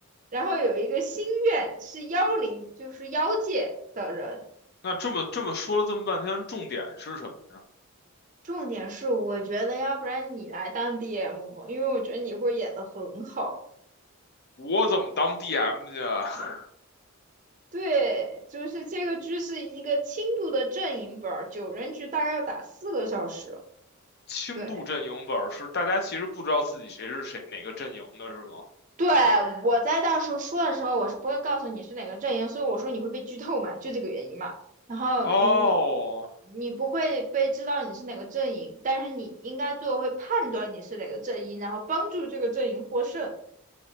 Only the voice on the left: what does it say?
那这么这么说了这么半天，重点是什么呢？
我怎么当 DM 去啊 <laughs>
轻度阵营本儿是大家其实不知道自己谁是谁哪个阵营的是吗？
哦